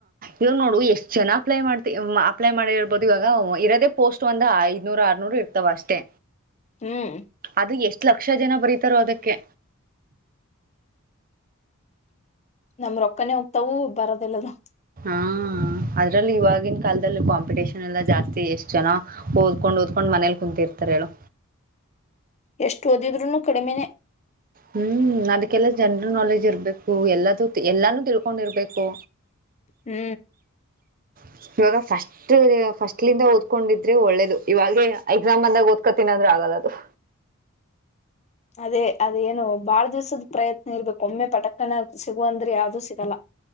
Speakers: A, on the right; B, on the left.
A: ಇವಾಗ ನೋಡು ಎಷ್ಟು ಚೆನ ಅಪ್ಲೈ ಮಾಡ್ತಿ ಅಪ್ಲೈ ಮಾಡಿರ್ಬೋದು ಇವಾಗ ಇರೋದೇ ಪೋಸ್ಟ್ ಒಂದ ಐದನೂರ್ ಆರ್ನೂರ್ ಇರ್ತವ ಅಷ್ಟೇ
B: ಹ್ಮ್
A: ಅದು ಎಷ್ಟ ಲಕ್ಕ ಲಕ್ಷ ಜನ ಬರೀತಾರೋ ಅದಕ್ಕೆ
B: ನಮ್ ರೊಕ್ಕನೆ ಹೋಗ್ತವು ಬರದಿಲ್ಲ ನ
A: ಹಾ ಅದ್ರಲ್ಲಿ ಇವಾಗಿನ ಕಾಲದಲ್ಲಿ ಕಾಂಪಿಟೇಷನ್ ಎಲ್ಲಾ ಜಾಸ್ತಿ ಎಷ್ಟು ಜನ ಓದ್ಕೊಂಡ್ ಓದ್ಕೊಂಡ್ ಮನೇಲಿ ಕುಂತಿರ್ತಾರೆ ಹೇಳು
B: ಎಷ್ಟು ಓದಿದ್ರುನು ಕಡಿಮೆನೆ
A: ಹ್ಮ್ ಅದಕ್ಕೆಲ್ಲ ಜನ್ರಲ್ ಕ್ನೌಲೆಜ್ ಇರಬೇಕು ಎಲ್ಲದು ಎಲ್ಲಾನೂ ತಿಳ್ಕೊಂಡಿರ್ಬೇಕು
B: ಹೂ
A: ಹೂ ಇವಾಗ ಫಸ್ಟ್ ಫಸ್ಟ್ ಲಿಂದ ಓದ್ಕೊಂಡಿದ್ರೆ ಒಳ್ಳೇದು ಇವಾಗ ಎಕ್ಸಾಮ್ ಬಂದಾಗ ಓದ್ಕೋತೀನ ಅಂದ್ರೆ ಆಗ ಏನಾದ್ರು
B: ಅದೇ ಅದೇನು ಬಾಳ ದಿವ್ಸದ ಪ್ರಯತ್ನ ಇರ್ಬೇಕು ಒಮ್ಮೆ ಸುಡ್ಡೆನ್ ಸಿಗು ಅಂದ್ರೆ ಯಾವ್ದೂ ಸಿಗಲ್ಲ